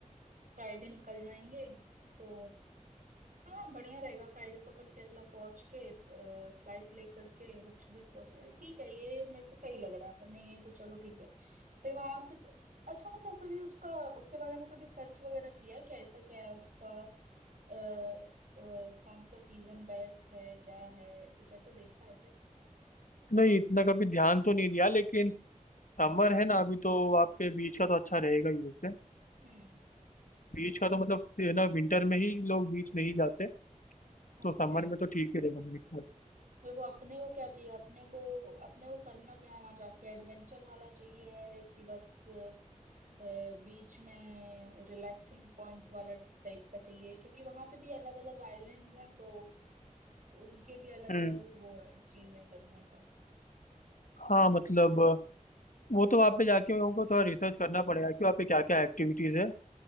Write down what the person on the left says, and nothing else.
नहीं इतना कभी ध्यान तो नहीं दिया लेकिन समर है ना अभी तो वहाँ पे बीच का तो अच्छा रहेगा ही वैसे
बीच का तो मतलब ये ना विंटर में ही लोग बीच नहीं जाते
तो
समर में तो ठीक ही रहेगा मेरे ख्याल
से।
हम्म
हाँ मतलब वो तो वहाँ पे जाके उनको थोड़ा रिसर्च करना पड़ेगा कि वहाँ पे क्या क्या एक्टिविटीज है